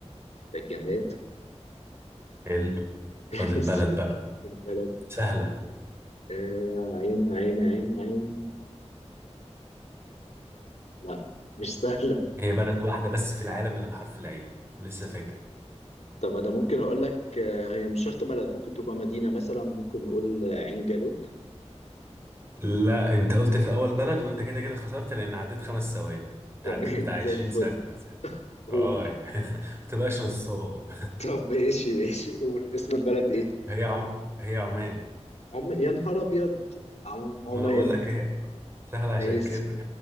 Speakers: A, on the left; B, on the right.
A: ده الجماد
B: حلو
A: <laughs>
B: فاضل
A: لسه
B: بلد بقى
A: البلد
B: سهلة
A: آه عين عين عين عين لا مش سهلة
B: هي بلد واحدة بس في العالم اللي بحرف العين لسه فاكر
A: طب انا ممكن اقول لك آه، هي مش شرط بلد ممكن تبقى مدينة مثلا ممكن نقول آه، عين جالوت
B: لا انت قلت في الاول بلد وانت كده كده خسرت لان عديت خمس ثواني انت
A: تمام
B: عديت بتاع 20
A: زي الفل
B: ثانية مثلا
A: قول
B: اه يعني <laughs> ما تبقاش نصاب
A: طب ماشي ماشي قول اسم البلد ايه
B: <laughs> هي عم... هي عمان
A: عم يا نهار ابيض عم... عمان
B: ما انا بقول لك هي سهلة عشان
A: ماشي
B: كده